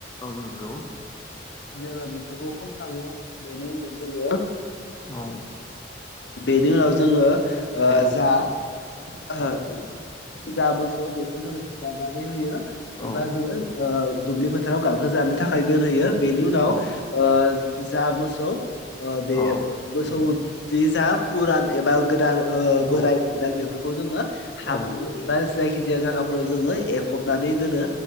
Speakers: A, on the left; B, on the left.
A: औ नोंगौ।
B: जोङो बेफोरखौ खनखाङो। बेनि उनाव जङो
A: औ
B: बेनि उनाव जोङो ओ
A: औ
B: जा ओहो जा मोसौ बेखौ जोङो हेगारनानै होयो।
A: औ
B: एबा जोङो ओ दुब्लि फोथाराव गांसो जानो थाखाय दोनहोयो। बेनि उनाव
A: औ
B: ओ जा मोसौ ओ बे
A: औ
B: मोसौ जे जा फुरान एबा गोदान ओ
A: औ
B: बोरायमोन दा बेफोरखौ जोङो हाब्रु
A: औ
B: एबा जायखि जाया जागाफोराव जोङो एबफबनानै दोनो।